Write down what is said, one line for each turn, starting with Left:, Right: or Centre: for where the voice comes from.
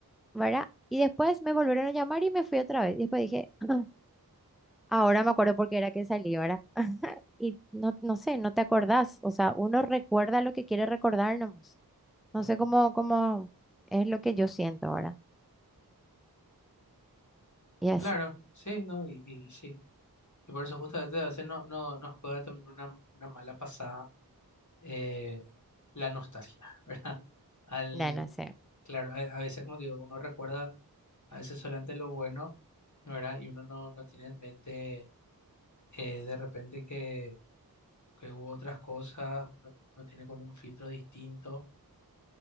Centre: ¿verdad? Y después me volvieron a llamar y me fui otra vez. Y después dije, "Ah, ahora me acuerdo por qué era que salí, ¿verdad? Y no, no sé, no te acordás. O sea, uno recuerda lo que quiere recordar nomás. No
Left: ujú.
Centre: sé cómo, cómo es lo que yo siento ahora. Y así.
Left: Claro, sí, ¿no? Y, y sí. Y por eso justamente a veces no, no, nos juega también una, una mala pasada eh, la nostalgia, <laughs> ¿verdad? Al,
Centre: No, no sé,
Left: claro, a, a veces, como digo, uno recuerda a veces solamente lo bueno, ¿verdad? Y uno no, no tiene en mente eh, de repente que, que hubo otras cosas, uno, uno tiene con un filtro distinto.